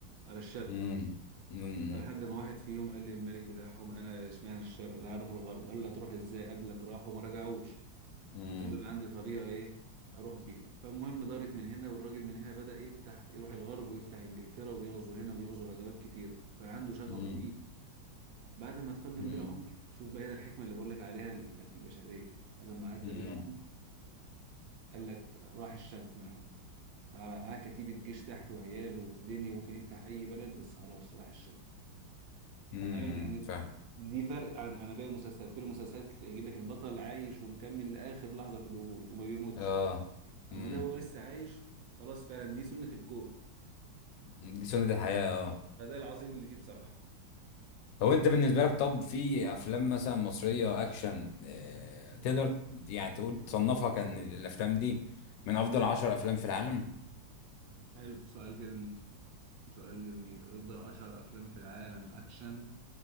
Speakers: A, on the right; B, on the left.
A: على الشرق
B: امم امم
A: فلحد ما واحد فيهم قال للملك بتاعهم انا اشمعنى الشرق انا هروح الغرب قال له هتروح ازاي قبلك راحوا وما رجعوش
B: امم
A: قال له انا عندي طريقه ايه اروح بيها فالمهم دارت من هنا والراجل من هنا بدأ يفتح يروح الغرب ويفتح انجلترا ويغزو هنا ويغزو غزوات كتير كان عنده شغف
B: امم
A: رهيب بعد ما تقدم
B: امم
A: بيه العمر شوف بقى هنا الحكمة اللي بقول لك عليها اللي بتاعت البشرية بعد ما عدى
B: امم
A: بيه العمر قال لك راح الشغف من عنده مع معاه كتيبة جيش تحت وعياله ودنيا ممكن يفتح أي بلد بس خلاص راح الشغف
B: امم
A: ففعلا يعني
B: فاهم
A: دي فرق عن عن باقي المسلسلات كل المسلسلات يجيب لك البطل عايش ومكمل لآخر لحظة في الوجود وما بيموتش
B: اه امم
A: أما ده هو لسه عايش خلاص فعلا دي سنة الكون
B: دي سنة الحياة اه
A: فده العظيم اللي فيه بصراحة
B: لو انت بالنسبه لك طب في افلام مثلا مصريه اكشن آه، تقدر يعني تقول تصنفها كان الافلام دي من افضل عشر افلام في العالم
A: حلو سؤال جميل سؤال جميل افضل اشهر افلام في العالم اكشن